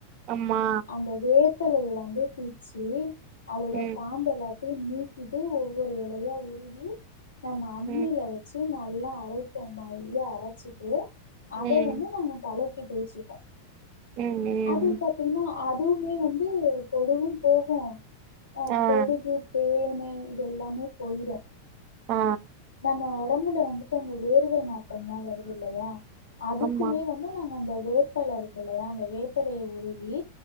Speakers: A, on the right; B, on the left.
A: ஆமா
B: அந்த வேப் வேப்பலைய வந்து பிச்சி அதோட
A: ம்
B: காம்பு எல்லா நீக்கிட்டு ஒவ்வொரு இலையா உருவி நம்ம அம்மில
A: ம்
B: வச்சு நல்லா அரை இப்ப மைய அரச்சிட்டு அத
A: ம்
B: வந்து நாங்க தலைக் தேச்சுபோ
A: ம்
B: அது
A: ம்
B: பாத்தீங்ன்னா அதுவுமே வந்து பொடுகு போகு ஆஹ்
A: ஆ
B: பொடுகு பேன் பேன் இதெல்லாமே பொயிடு
A: ஆ
B: நம்ம உடம்ல வந்துட்டு அந்த வேர்வ வேர்வை நாத்தம்ல்லா வருது இல்லையா அதுக்குமே
A: ஆமா
B: வந்து நாங்க அந்த வேப்பல இருக்கு இல்லையா அந்த வேப்பலைய உருகி